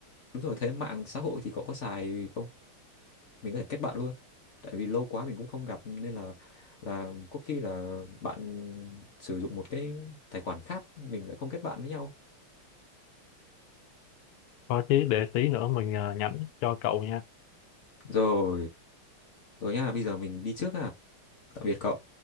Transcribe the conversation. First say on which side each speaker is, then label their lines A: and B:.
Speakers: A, on the left; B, on the left.
A: đúng rồi thế mạng xã hội thì cậu có xài không mình có thể kết bạn luôn tại vì lâu quá mình cũng không gặp nên là là có khi là bạn sử dụng một cái tài khoản khác mình lại không kết bạn với nhau
B: Có chứ để tí nữa mình ờ, nhắn cho cậu nha.
A: rồi rồi nhá bây giờ mình đi trước à tạm biệt cậu